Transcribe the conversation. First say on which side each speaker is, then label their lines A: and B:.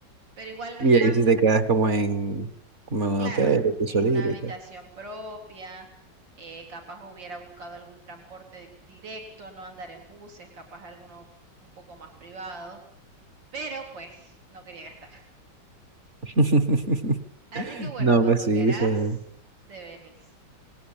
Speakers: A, on the right; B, on the right.
A: Pero igual no
B: Y
A: es tanto.
B: ahí sí te quedas como en, como en un
A: Claro,
B: hotel,
A: en
B: tú solito
A: una habitación
B: y tal.
A: propia, eh, capaz hubiera buscado algún transporte directo, no andar en buses, capaz alguno un poco más privado. Pero pues no quería gastar.
B: <laughs>
A: Así que bueno,
B: No,
A: cuando
B: pues sí,
A: querás,
B: o sea.
A: te venís.